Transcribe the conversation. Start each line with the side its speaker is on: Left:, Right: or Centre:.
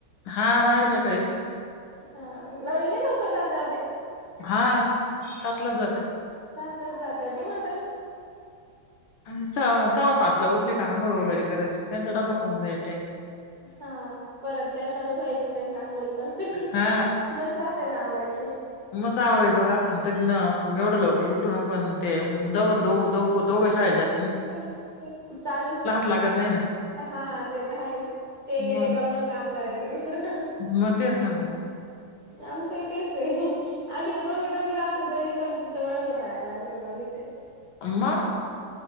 Left: हा माझ सकाळीसचं
Right: हा ला लई लवकर जाता वो ते
Left: हा सातलाच जात्या,
Right: सातलाच जात्यात तुम्हाल
Left: स सवा पाचला उठले का आंघोळ वगैरे करायची. त्यांचा डबा करून द्याय ट्याय
Right: हा परत त्यांना उठवायचं त्यांच्या आंघोळी पांघोळी
Left: हा
Right: मस राहतय ना आवरायचं
Left: मस आवरायचं राहत ना तरी ना एवढं लवकर उठून ना पण ते तवर दो दो दोप दोघे शाळेेत जात
Right: ते चालूच
Left: लागत नाही ना
Right: हा ते त हायेच. ते गेले
Left: मग
Right: का मंग काम करायचं दुसरं
Left: मग तेच ना मग
Right: आमचं ही तेच ये आम्ही तर दोघी दोघी रात तो तरी पण तिंच मागं पळायला लागतं दोघींना
Left: अ मं